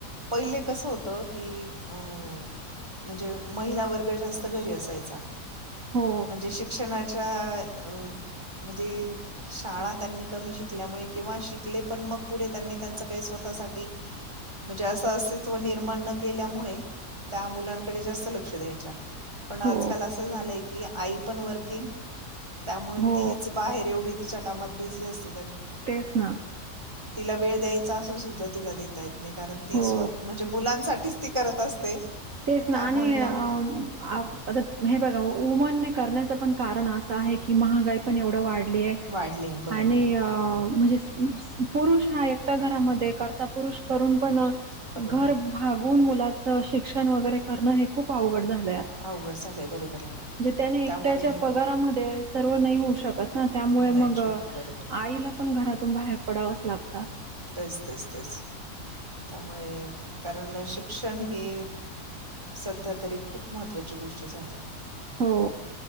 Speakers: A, on the right; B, on the right.
A: पहिले कसं होतं की अं म्हणजे महिला वर्ग जास्त घरी असायचा
B: हो,
A: म्हणजे शिक्षणा अच्छा म्हणजे शाळा त्यांनी कमी शिकल्यामुळे किंवा शिकले पण मग पुढे त्यांनी त्यांच काही स्वः साठी म्हणजे असं अस्तित्व निर्माण न केल्यामुळे त्या मुलांकडे जास्त लक्ष द्यायच्या पण आजकाल
B: हो,
A: असं झालंय आ पण विंग त्यामुळे
B: हो.
A: ती बाहे एवढी त कामात बी असते
B: तेच ना.
A: तला वे द्या तला कारण ती
B: हो.
A: स्व म्हणजे मुलांसाठीच ती करत असते
B: तेच नाने
A: त्यामुळे
B: आता
A: मग
B: हे बघा उमन करण्याचं पण कारण असं आहे की महागाई पण एवढं वाढ
A: वाढली आहे बरोबर
B: आणि म्ह पुरुष हा एकट्या घरामध्ये करता पुरुष करून पण
A: करून
B: घर भाग <unintelligible> मुलाच शिक्षण वगैरे करणं हे खूप अवघड झालं
A: अवघड झालय, बरोबर आहे ना. त्या
B: म्हणजे त्याने एकट्याच्या
A: त्यामुळे
B: पगारामध्ये सर्व नाही होऊ शकत ना, त्यामुळे
A: नाही
B: मग
A: शकत बरोबर आहे ना.
B: आईला पण घरात तून बाहेर पडावच लाग
A: तेच तेच तेच. त्यामुळे कारण शिक्षण ही सध्या तरी खूप महत्त्वाची गोष्ट झालीय.
B: हो